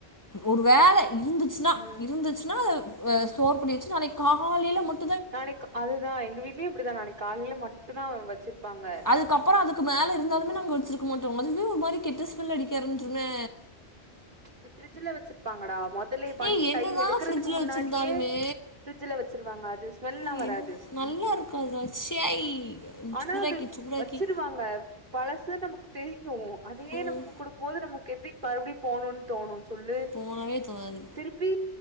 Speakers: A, on the left; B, on the right.
A: ஒரு வேல இருந்து ச்னா
B: ம்
A: இருந்துச்னா ஸ்டோர் பன்னி வெச்சுட்டு நாளைக் காலைல மட்
B: நாளைக் அதுதா எங்க வீட்லயு இப்டிதா நாளைக் காலையில மட்டுந்தா வச்சிருப்பாங்க
A: அதுக்கப்புறோ அதுக்கு மேல இருந்தாலுமே நாங்க வச்சிருக்க மாட்டோ அதுவே ஒரு மாரி கெட்ட ஸ்மெல் அடிக்க ஆரும்ட்ருமே
B: இங்க ஃப்ரிட்ஜ்ல வச்சிருப்பாங்கடா மொத் இதுலே பண்ணி
A: ஏய் என்னதா
B: கை எடுக்கறதுக்கு
A: ஃப்ரிட்ஜ்ல
B: முன்னாடியே
A: வச்சிருந்தாலுமே
B: ஃப்ரிட்ஜ்ல வச்சுருவாங்க அது ஸ்மெல்லா
A: ஏய்
B: வராது
A: நல்லா
B: ம்
A: இருக்காதுடா ச்சை
B: ஆனா
A: சூடாக்கி
B: அது
A: சூடாக்கி
B: வச்சிருவாங்க பழசு நமக்கு தெரியூ அதே
A: ம்
B: நமக்கு கொடு குடுக்குபோது நமக்கு எப்டி மறுபடியூ போணுனு தோணூ சொல்லு
A: போனவே தோணாது
B: திருப் ப்பி